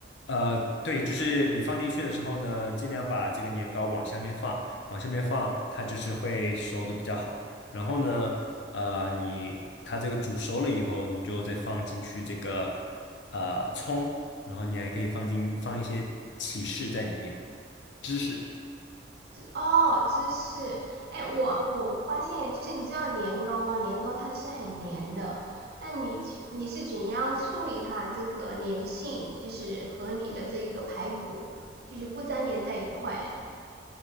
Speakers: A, on the left; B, on the right.
A: 呃，对，就是你放进去的时候呢，尽量把这个年糕往下面放，往下面放，它就是会熟的比较好。然后呢，呃，你它这个煮熟了以后，你就再放进去这个呃葱，然后你还可以放进放一些起士在里面，芝士。
B: 哦，芝士。哎，我我发现就是你知道年糕吗？年糕它是很黏的，那你去你是怎样处理它这个粘性，就是和你的这一个排骨就是不粘连在一块嘞？